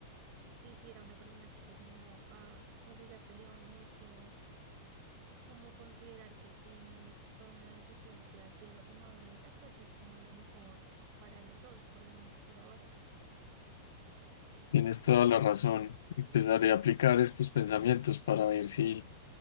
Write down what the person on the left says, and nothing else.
Tienes toda la razón. Empezaré a aplicar estos pensamientos para ver si,